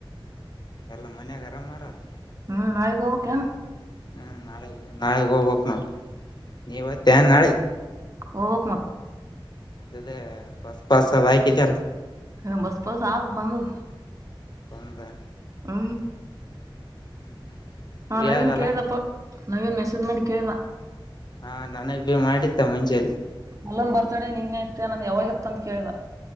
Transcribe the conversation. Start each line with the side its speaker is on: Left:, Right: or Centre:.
Left: ಎಲ್ಲಾ ಮನ್ಯಾಗರಾಮ ಮಾರಲ್ಲ.
Right: ಹು ನಾಳಿಗ ಹೋಗಬೇಕು ಏನ.
Left: ಹು ನಾಳೆಗೆ ನಾಳೆಗೆ ಹೋಗ್ಬೇಕ ನೋಡ ನೀ ಹೊಯತ್ತಿಯಾ ನಾಳೆಗ
Right: ಹೋಗಬೇಕ್ ಮತ್ತ
Left: ಇದೆ ಬಸ್ಸ ಪಾಸ್ ಅದ ಆಯ್ಕಿದೆ ಅಲ್ಲ
Right: ಹಾ ಬಸ್ಸ್ ಪಾಸ್ ಆದ ಬಂದಾವು
Left: ಬಂತಾ
Right: ಹು
Left: ಹ್ಮ್
Right: ಹಾ
Left: ಫ್ರೀ
Right: ನವೀನ್
Left: ಅದಲ್ಲ
Right: ಕೇಳಿದಪ್ಪ. ನವೀನ್ ಮೆಸೇಜ್ ಮಾಡಿ ಕೇಳಿದಾ
Left: ಹಾ ನನಗೆ ಮಾಡಿದ್ದಾ ಮುಂಜೆಲ್ಲಿ
Right: ಮಲ್ಲುನ ಬರ್ತಡೆ ನಿನ್ನೆ ಇತ್ತನ ಯಾವಾಗಿತ್ತು ಅಂತ ಕೇಳಿದಾ